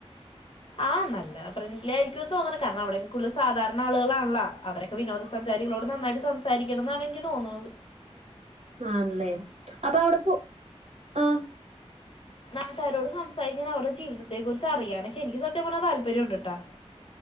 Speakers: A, on the left; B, on the right.
A: ആഹ് നല്ല ഫ്രണ്ട്ലി ആയിരിക്കുന്ന് തോന്ന്ണ് കാരണം അവിടെക്കെ കൂടുതൽ സാധാരണ ആള്കളാണല്ലോ അവരെ വിനോദസഞ്ചാരികളോട് നന്നായിട്ട് സംസാരിക്കണന്നാണെനിക്ക് തോന്ന്ണത്
B: ആണ്ല്ലേ അപ്പൊ അവടെ പോ ആഹ്
A: നാട്ടാരോട് സംസാരിക്കാനും അവരെ ജീവിതത്തെ കുറിച്ച് അറിയാനൊക്കെ എനിക്ക് സത്യം പറഞ്ഞാ താല്പര്യം ഉണ്ട്ട്ടാ